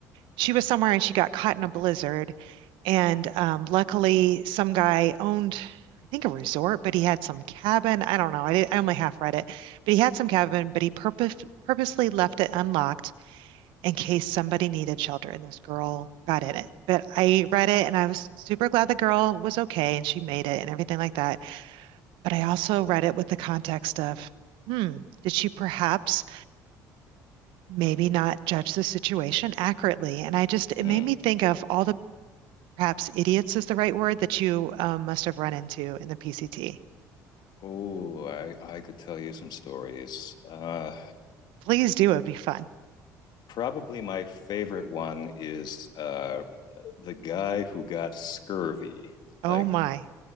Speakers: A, on the right (about 75°); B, on the left (about 60°).
A: she was somewhere and she got caught in a blizzard. And um, luckily, some guy owned, I think, a resort, but he had some cabin. I don't know. I did, I only half read it, but he had some cabin, but he purpose, purposely left it unlocked in case somebody needed shelter. And this girl got in it. But I read it and I was super glad the girl was okay and she made it and everything like that. But I also read it with the context of, hmm, did she perhaps maybe not judge the situation accurately. And I just, it
B: hmm.
A: made me think of all the perhaps idiots is the right word that you um, must have run into in the PCT.
B: Oh, I, I could tell you some stories. Uh,
A: Please do.
B: yeah,
A: It would be fun.
B: probably my favorite one is uh, the guy who got scurvy.
A: Oh
B: Like,
A: my.